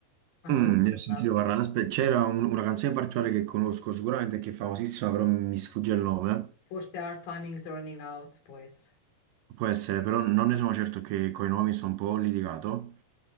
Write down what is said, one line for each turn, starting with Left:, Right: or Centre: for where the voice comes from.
Left: A
Right: Mm,
Left: Roma sono
Right: ne ho sentito
Left: andata.
Right: parlare, aspetta, c'era un- una canzone in particolare che conosco sicuramente che è famosissima, però mi sfugge il nome.
Left: Forse Our Timing's Running Out, può essere.
Right: Può essere, però non ne sono certo che coi nomi sono un po' litigato.